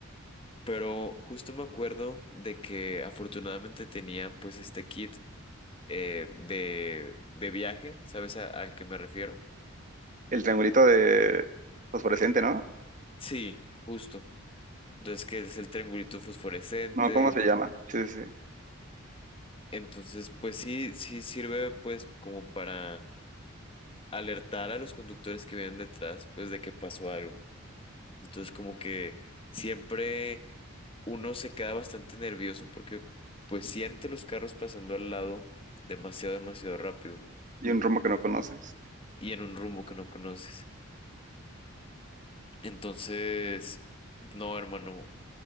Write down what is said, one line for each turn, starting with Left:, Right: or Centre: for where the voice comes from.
Left: <laughs> pero justo me acuerdo de que afortunadamente tenía pues este kit eh, de, de viaje, ¿sabes a- al que me refiero?
Right: El triangulito de fosforescente, ¿no?
Left: Sí, justo. Entonces, que es el triangulito fosforescente.
Right: No, ¿cómo se llama? Sí, sí. sí.
Left: Entonces, pues sí, sí sirve pues como para alertar a los conductores que vienen detrás, pues de que pasó algo. Entonces como que siempre uno se queda bastante nervioso porque pues siente los carros pasando al lado demasiado, demasiado rápido
Right: Y un rumbo que no conoces.
Left: y en un rumbo que no conoces. Entonces, no, hermano,